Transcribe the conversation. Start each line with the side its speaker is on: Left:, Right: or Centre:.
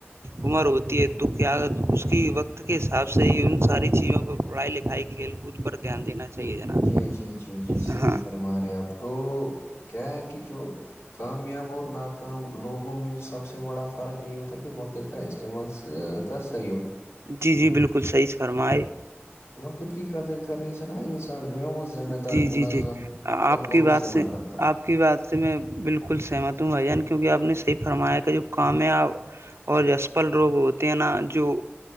Right: عمر ہوتی ہے تو کیا اس کی وقت کے حساب سے ہی ان ساری چیزوں پر پڑھائی لکھائی کھیل کود پر دھیانینا چاہیے جناب
Left: جی جی جی جی صحیح
Right: ہاں
Left: فرما رہے اپ تو کیا ہے کہ جو کامیاب اور ناکام لوگوں میں سب سے بڑا فرق یہ ہوتا ہے کہ وقت کا کس
Right: جی جی بالکل صحیح فرمائے
Left: وقت قدرت قر انان جو ہے وہ ذمہ دار
Right: جی
Left: منظم
Right: جی جی آپ
Left: اور بروسمند
Right: کی بات سے
Left: بنتا ہے
Right: آپ کی بات سے میں بالکل سہمت ہوں بھائی جان کیونکہ آپ نے صح فرمایا کا جو کام ہے آپ اور جو اسپل روگ ہوتے ہیں نا جو